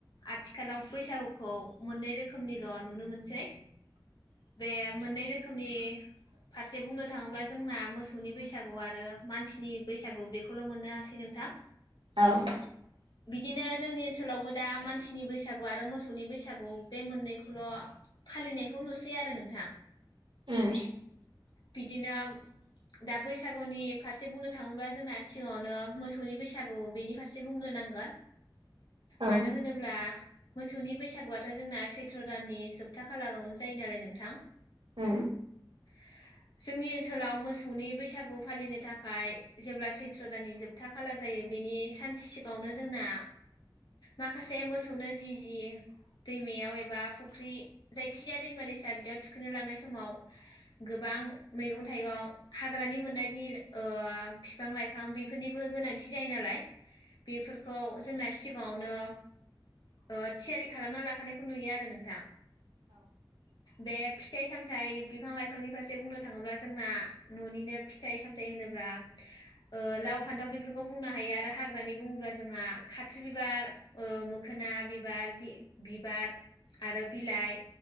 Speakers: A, on the left; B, on the right.
A: आथिखालाव बैसागुखौ मोननै रोखोम रोखोमनिल' नुनो मोनसै। बे मोननै रोखोमनि फारसे बुंनो थाङोब्ला जोंना मोसौनि बैसागु आरो। मानसिनि बैसागु बेखौल' मोननो हासै नोंथां
B: औ उम
A: बिदिनो जोंनि ओन सोलावबो दा मानसिनि बैसागु आरो मोसौनि बैसागु बे मोननैखौल' फालिनायखौ नुसै आरो नोंथां।
B: उम
A: बिदिनो दा बैसागुनि फारसे बुंनो थाङोब्ला जोंना सिगाङावनो मोसौनि बैसागु बेनि फारसे बुंग्रोनांगोन
B: औ
A: मानो होनोब्ला मोसौनि बैसागुआथ' जोंना सैथ्र' दाननि जोबथा खालारावनो जायो नालाय नोंथां।
B: उम
A: <inaudible> जोंनि ओनसोलाव मोसौनि बैसागु फालिनो थाखाय जेब्ला सैथ्र' दाननि जोब था खालार जायो बेनि सानसे सिगाङावनो जोंना माखासे मोसौनो जि जि दैमायाव एबा फुख्रि जायखिजाया दैमा दैसा बिदियाव थुखैनो लांनाय समाव गोबां बां मैगं थाइगं हाग्रानि मोननाय बिल ओ फिफां लाइफां बिफ फोरनिबो गोनांथि जायो नालाय बेफोरखौ जोंना सिख गाङावनो ओ थियारि खालामना लाखानायखौ नुयो आरो नोंथां। बे फिफ फिथाइ सामथाइ बिफां लाइफांनि फारसे बुंनो थाङोब्ला जोंना न'निनो फिथाइ सामथाइ होनोब्ला ओ लाव फान्थाव बेफोरखौ बुंनो हायो आरो हाग्रानि बुङोब्ला जोंहा खाथ्रि बिबार ओ मोखोना बिबार। आरो बि बिबार आरो बिलाइ